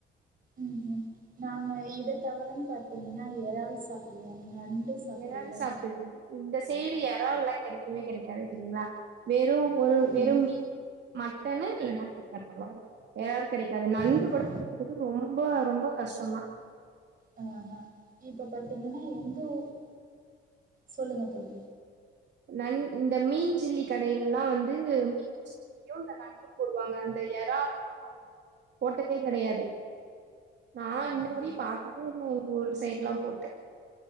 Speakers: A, on the right; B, on the right.
A: ம் ம் நாங்க இத தவிரன்னு பாத்தீங்கன்னா இறால் சாப்பிடுவோ நண்டு சாப்பிடுவோம்
B: இறால் சாப்பிடுவீங்க இந்த சைடு இறால்லா கிடைக்கவே கிடைக்காது தெரியுங்களா வெறும் ஒரு
A: ம்
B: வெறும் மீ மட்டன்னு இல்லைன்னா சிக்கன் அவ்வளவுதான் இறால் கெடைக்காது நண்டு
A: ஆஹா
B: கூட கெடைக்கிறது ரொம்ப ரொம்ப கஷ்டோந்தான்
A: ஆ இப்போ பாத்தீங்கன்னா எங்க ஊர் சொல்லுங்க தோழி
B: நண் இந்த மீன்‌ சில்லி கடையில்லலாம் வந்து மீன் ம் இந்த நண்டும் போடுவாங்க அந்த எறால்லாம் போட்டதே கெடையாது நான்
A: ஆஹா
B: இன்னவரையு பாத்ததே இல்லை எங்க ஊர் சைடுலாம் போட்டு